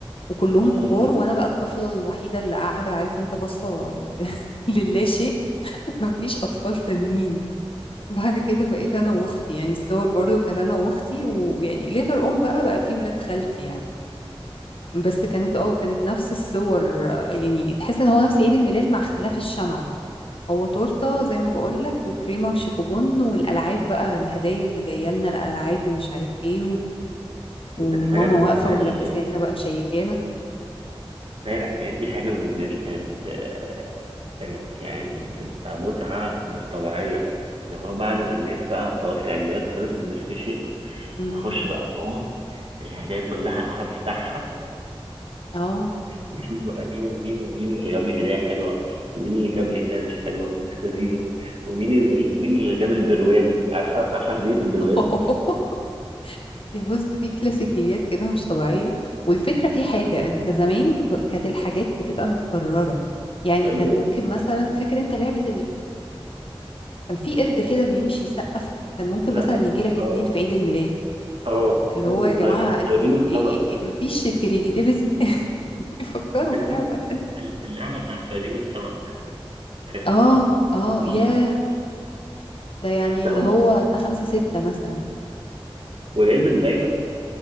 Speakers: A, on the left (about 65°); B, on the right (about 65°).
A: وكلهم
B: مم.
A: كبار وأنا بقى الطفلة الوحيدة اللي قاعدة عارف أنت باصة لل- <laughs> للا شيء مفيش أطفال تانيين بعد كده بقيت أنا وأختي يعني الصور برضو كانت أنا وأختي ويعني ليتر أون بقى بقى في ولاد خالتي يعني بس كانت اه كانت نفس الصور آه، يعني تحس ان هو نفس عيد الميلاد مع اختلاف الشمعة هو تورتة زي ما بقولك وكريمة وشيكوبون والألعاب بقى الهدايا اللي جاية لنا الألعاب ومش عارف ايه و...
B: دي
A: وماما
B: كانت حاجه بالنسبه
A: واقفة وملبسانا
B: لي
A: بقى مشيكانا
B: زي العيد ميلاد دي حاجه بالنسبه لي كانت آه، كانت يعني بتبقى متعه مش طبيعيه اللي هو بعد ما الناس بقى خلاص العيد ميلاد خلص والناس مشيت
A: امم
B: اخش بقى جوه الهدايا كلها اقعد افتحها
A: اه
B: واشوف بقى مين مين مين اللي جاب لي هدايا حلوه ومين اللي جاب لي هدايا مش حلوه مش لذيذه ومين اللي مين اللي جاب البرواز عارفه عارفه هديه البرواز
A: <laughs> بص في كلاسيكيات كده مش طبيعية والفكرة في حاجة انت زمان ك- كانت الحاجات بتبقى متكررة يعني
B: ايوه
A: كان ممكن مثلا فاكر انت لعبة كان في قرد كده بيمشي يسقف كان ممكن
B: لا
A: مثلا يجي لك
B: اه
A: اتنين في عيد الميلاد
B: اه
A: اللي
B: اه
A: هو
B: وصي-
A: يا جماعة انتوا
B: صيادين السمك
A: إيه إيه إيه مفيش كرياتيفيتي <laughs> يفكروا
B: كان
A: في
B: في
A: لعبة تانية
B: اللعبه بتاعت صيادين السمك كانت
A: اه اه
B: صم
A: ياه
B: برضه.
A: ده يعني
B: لا
A: اللي
B: أم-
A: هو انت خمسة ستة مثلا
B: ولازم دايما